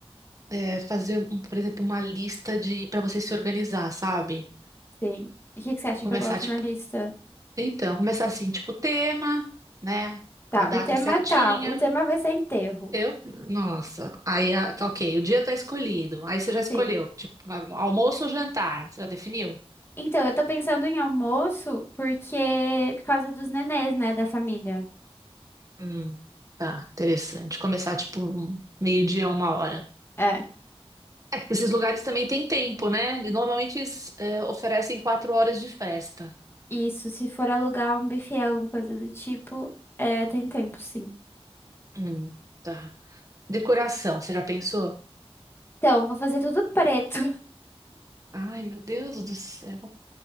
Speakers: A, on the right; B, on the left.
A: é, fazer, um- por exemplo, uma lista de para você se organizar, sabe?
B: Sim. E o que que você acha
A: Começar,
B: que eu boto
A: tipo,
B: na lista?
A: então, começar assim, tipo, tema, né?
B: Tá,
A: A data
B: o tema
A: certinha.
B: tá. O tema vai ser enterro.
A: Eu, nossa, aí ah, tá ok, o dia tá escolhido. Aí você já escolheu,
B: Sim.
A: tipo, almoço ou jantar? Você já definiu?
B: Então, eu tô pensando em almoço porque por causa dos nenês, né, da família.
A: Hum, tá, interessante. Começar tipo um meio-dia, uma hora.
B: É.
A: É, porque esses lugares também têm tempo, né? E normalmente eles é, oferecem quatro horas de festa.
B: Isso, se for alugar um buffet, alguma coisa do tipo, é, tem tempo, sim.
A: Hum, tá. Decoração, você já pensou?
B: Então, vou fazer tudo preto.
A: Ai, meu Deus do céu.